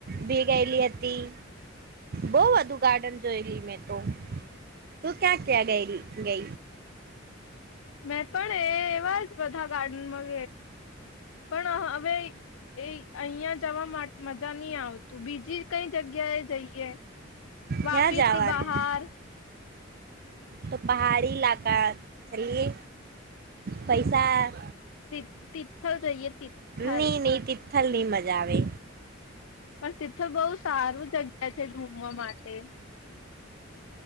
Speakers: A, on the right; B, on the left.
A: ભી ગયેલી હતી બઉ વધુ ગાર્ડન જોયલી મેં તો તું ક્યા ત્યાં ગયલી ગય
B: મેં પણ એ એવા જ બધા ગાર્ડનમાં પણ હવે એ અહં જવા માટે મજા નહી આવતું બીજું ી કઈ જગ્યાએ જઈએ વાપીતી
A: ક્યાં જવાનું
B: બહાર
A: તો પહાડી લાકા ચલીએ પૈસા
B: હ તિથલ જઈએ તિથલ
A: નીની તિથલ ની મજા આવે
B: પણ તથું બહુ સારું જગ્યા છે ઘુમવા માટે